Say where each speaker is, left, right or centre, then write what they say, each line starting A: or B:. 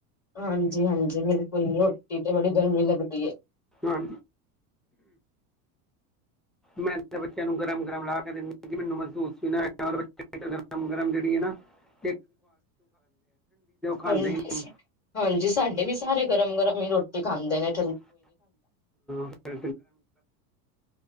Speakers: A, on the left; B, in the centre.
A: ਹਾਂਜੀ ਹਾਂਜੀ ਬਿਲਕੁਲ ਰੋਟੀ ਤੇ ਬੜੀ ਗਰਮ ਹੀ ਲੱਗਦੀ ਹੈ ।
B: ਹਾਂ ਮੈਂ ਬੱਚਿਆਂ ਨੂੰ ਗਰਮ ਗਰਮ ਲਾ ਕੇ ਦਿੰਦੀ ਹਾਂ । ਮੈਨੂੰ ਮਹਿਸੂਸ ਵੀ ਨਾ ਹੈਗਾ ਗਰਮ ਗਰਮ ਜਿਹੜੀ ਹੈ ਨਾ । ਖਾਂਦੇ
A: ਹਾਂਜੀ
B: ਹੀ ਨਹੀਂ
A: ਹਾਂਜੀ ਸਾਡੇ ਵੀ ਸਾਰੇ ਗਰਮ ਗਰਮ ਹੀ ਰੋਟੀ । ਖਾਂਦੇ ਨੇ ।
B: ਹਮ ਸੇ ਹੀ ਗੱਲ ਹੈ। <inaudible> <inaudible> <inaudible>